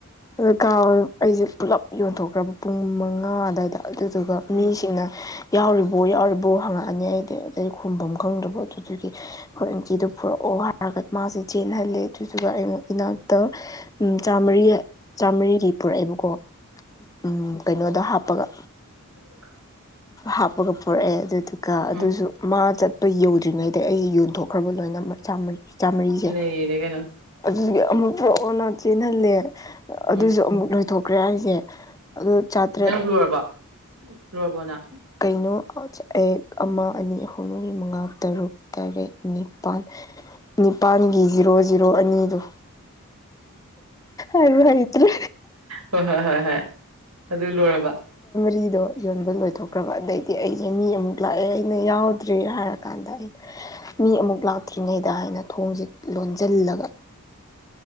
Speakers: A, on the left (about 15°); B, on the right (about 90°).
A: ꯑꯀꯥꯔ ꯑꯩꯁꯦ ꯄꯨꯂꯞ ꯌꯣꯟꯊꯣꯛꯈ꯭ꯔꯕ ꯄꯨꯡ ꯃꯉꯥ ꯑꯗꯨꯋꯥꯏꯗ ꯑꯗꯨꯗꯨꯒ
B: ꯎꯝ
A: ꯃꯤꯁꯤꯡꯅ ꯌꯥꯎꯔꯤꯕꯣ ꯌꯥꯎꯔꯤꯕꯣ ꯍꯪꯉꯛꯑꯅꯤ ꯑꯩꯗꯤ ꯑꯩ ꯈꯨꯝꯐꯝ ꯈꯪꯗ꯭ꯔꯕꯣ ꯑꯗꯨꯗꯨꯒꯤ ꯑꯩꯈꯣꯏ ꯑꯦꯟꯇꯤꯗꯨꯣ ꯄꯨꯔꯛ ꯑꯣ ꯍꯥꯏꯔꯒ ꯃꯥꯁꯦ ꯆꯦꯟꯍꯜꯂꯦ ꯑꯗꯨꯗꯨꯒ ꯑꯩꯉꯨꯛ ꯏꯅꯥꯛꯇ ꯎ ꯆꯥꯝꯃꯔꯤ ꯆꯥꯝꯃꯔꯤꯒꯤ ꯄꯨꯔꯛꯑꯦꯕꯀꯣ ꯎꯝ ꯀꯩꯅꯣꯗꯣ ꯍꯥꯞꯄꯒ
B: <inaudible>
A: ꯍꯥꯞꯄꯒ ꯄꯔꯛꯑꯦ ꯑꯗꯨꯗꯨꯒ ꯑꯗꯨꯁꯨ
B: ꯎꯝ
A: ꯃꯥ ꯆꯠꯄ ꯌꯧꯗ꯭ꯔꯤꯉꯩꯗ ꯑꯩꯒꯤ ꯌꯣꯟꯊꯣꯛꯈ꯭ꯔꯕ ꯂꯣꯏꯅꯃꯛ ꯆꯔꯤ ꯆꯝꯔꯤꯁꯦ
B: ꯅꯩꯔꯦ ꯀꯩꯅꯣ
A: ꯑꯗꯨꯒꯤ ꯑꯃꯨꯛ ꯄꯨꯔꯛꯑꯣꯅ ꯆꯦꯟꯍꯜꯂꯦ ꯑꯗꯨꯁꯨ
B: ꯎꯝ
A: ꯑꯃꯨꯛ ꯂꯣꯏꯊꯣꯛꯈ꯭ꯔꯦ ꯍꯥꯏꯁꯦ ꯑꯗꯨ ꯆꯥꯇ꯭ꯔꯦꯠ
B: ꯅꯪ ꯂꯨꯔꯔꯕꯔꯕꯣ ꯂꯨꯔꯕꯣ ꯅ
A: ꯀꯩꯅꯣ ꯑ ꯑꯃ ꯑꯅꯤ ꯑꯍꯨꯝ ꯃꯔꯤ ꯃꯉꯥ ꯇꯔꯨꯛ ꯇꯔꯦꯠ ꯅꯤꯄꯥꯜ ꯅꯤꯄꯥꯜꯒꯤ ꯖꯤꯔꯣ ꯖꯤꯔꯣ ꯑꯅꯤꯗꯨꯣ ꯑꯔ ꯃ ꯏꯇ꯭ꯔꯦ
B: ꯍꯣꯏ ꯍꯣꯏ ꯍꯣꯏ ꯍꯣꯏ ꯑꯗꯨ ꯂꯣꯏꯔꯕ
A: ꯐꯗꯣ ꯌꯣꯟꯕ ꯂꯣꯏꯊꯣꯛꯈ꯭ꯔꯕ ꯑꯗꯩꯗꯤ ꯑꯩꯁꯦ ꯃꯤ ꯑꯃꯨꯛ ꯂꯥꯛꯑꯦ ꯑꯩꯅ ꯌꯥꯎꯗ꯭ꯔꯦ ꯍꯥꯏꯔ ꯀꯥꯟꯗ ꯑꯩ ꯃꯤ ꯑꯃꯨꯛ ꯂꯥꯛꯇ꯭ꯔꯤꯉꯩꯗ ꯍꯥꯏꯅ ꯊꯣꯡꯁꯦ ꯂꯣꯟꯁꯤꯜꯂꯒ